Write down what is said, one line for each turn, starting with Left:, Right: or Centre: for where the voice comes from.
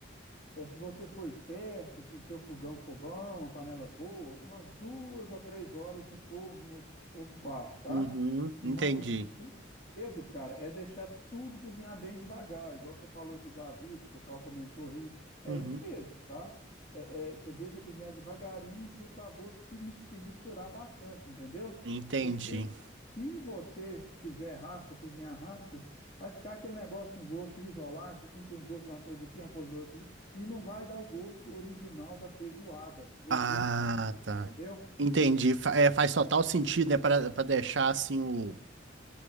Left: é, se você for esperto, se o seu fogão for bom, uma panela boa, umas duas a três horas no fogo, no fogo baixo, tá?
Right: uhum,
Left: Mas
Right: entendi.
Left: o segredo, cara, é deixar tudo cozinhar bem devagar. Igual você falou que já viu, que o pessoal comentou aí. É
Right: Uhum,
Left: isso mesmo, tá? É, é, você deixa cozinhar devagarinho para o sabor se, mis- se misturar bastante, entendeu?
Right: entendi.
Left: Porque se você fizer rápido, você cozinhar rápido, vai ficar aquele negócio com gosto isolado. Você sente um gosto de uma coisa aqui, uma coisa outra ali, e não vai dar o gosto original da feijoada legítima,
Right: Ah, tá.
Left: entendeu?
Right: Entendi. Fa- é, faz total sentido, né? Pra, pra deixar assim o,